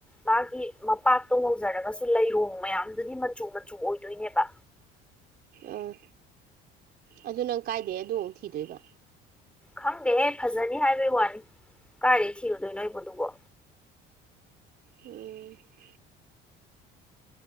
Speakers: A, in the centre; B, on the right (about 55°).
A: ꯃꯥꯒꯤ ꯃꯄꯥꯛꯇꯣ ꯉꯧꯖꯔꯒꯁꯨ ꯂꯩꯔꯣꯡ ꯃꯌꯥꯝꯗꯨꯗꯤ ꯃꯆꯨ ꯃꯆꯨ ꯑꯣꯏꯗꯣꯏꯅꯦꯕ
B: ꯑꯥ ꯑꯗꯨ ꯅꯪ ꯀꯥꯏꯗꯩ ꯑꯗꯨꯃꯨꯛ ꯊꯤꯗꯣꯏꯕ
A: ꯈꯪꯗꯦꯍꯦ ꯐꯖꯅꯤ ꯍꯥꯏꯕꯩ ꯋꯥꯅꯤ ꯀꯥꯏꯗ ꯊꯤꯔꯨꯗꯣꯏꯅꯣ ꯑꯩꯕꯣ ꯑꯗꯨꯕꯣ
B: ꯎꯝ <unintelligible>